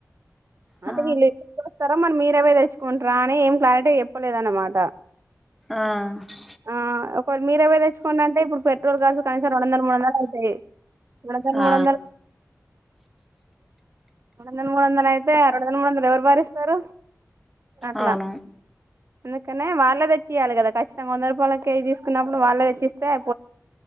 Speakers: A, in the centre; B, on the right.
A: ఆ
B: అదే <unintelligible> మరి మీరే పోయి తెచ్చుకుంటారా అని ఏం క్లారిటీగా చెప్పలేదు అన్నమాట
A: ఆ
B: ఆ ఒక మీరే పోయి తెచ్చుకోండి అంటే ఇప్పుడు పె <inaudible> కనీసం రెండువందలు మూడువందలు అత్తయ్ రెండువందలు
A: ఆ
B: మూడువందలు రెండువందలు మూడు వందలు అయితే రెండువందలు మూడు వందలు ఎవరు భరిస్తారు అట్లా
A: అవును
B: అందుకనే వా వాళ్ళ తెచ్చియాలి కదా ఖచ్చితంగా వంద రూపాయల కేజీ తీసుకున్నపుడు వాళ్ళ తెచ్చిస్తే అయి